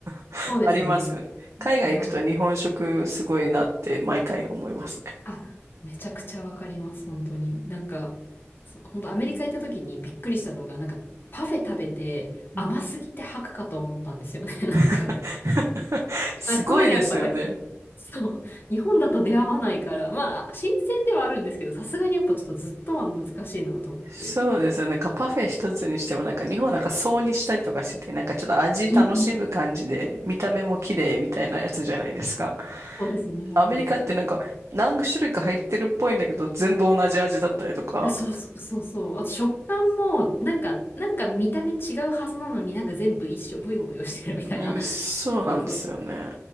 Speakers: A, on the right (about 80°); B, on the left (about 50°).
A: <laughs>
B: そうですね。
A: ありますよね。海外行くと日本食すごいなって毎回思いますね。
B: いや、あ、めちゃくちゃわかります、本当に。なんか、そ本当アメリカ行った時にびっくりしたのが、なんかパフェ食べて甘すぎて吐くかと思ったんですよね、
A: うん
B: <laughs> なんか。
A: <laughs> すごいですよね。
B: あ、そういうのやっぱそう。日本だと出会わないから、まあ、新鮮ではあるんですけど、さすがにやっぱちょっとずっとは難しいなと思って。
A: そうですよね。なんかパフェ一つにしてもなんか日本はなんか層にしたりとかしててなんかちょっと味楽しむ感じで見た目も綺麗みたいなやつじゃないですか。
B: うんうんそうですね、本当に。
A: アメリカってなんか何種類か入ってるっぽいんだけど全部同じ味だったりとか。
B: そうそうそうそう。あと食感も、なんか、なんか見た目違うはずなのになんか全部一緒、ブヨブヨしてるみたいな。
A: うん、そうなんですよね。
B: 理